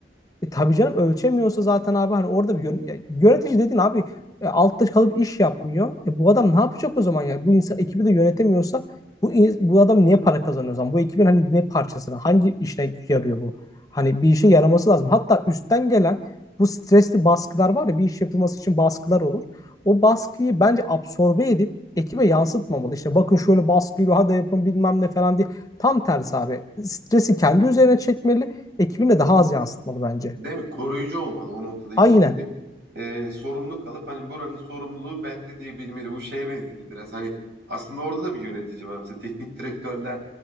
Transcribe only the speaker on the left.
e tabii canım ölçemiyorsa zaten abi hani orada bir yön- ya yönetici dedin abi e, altta kalıp iş yapmıyor. E, bu adam ne yapacak o zaman yani? Bu insan ekibi de yönetemiyorsa bu in- bu adam niye para kazanıyor o zaman? Bu ekibin hani ne parçasına, hangi işine yarıyor bu? Hani bir işe yaraması lazım. Hatta üstten gelen bu stresli baskılar var ya bir iş yapılması için baskılar olur. O baskıyı bence absorbe edip ekibe yansıtmamalı. İşte bakın şöyle baskı geliyor, hadi yapın bilmem ne falan diye. Tam tersi abi. Stresi kendi üzerine çekmeli ekibine daha az yansıtmalı bence.
Aynen.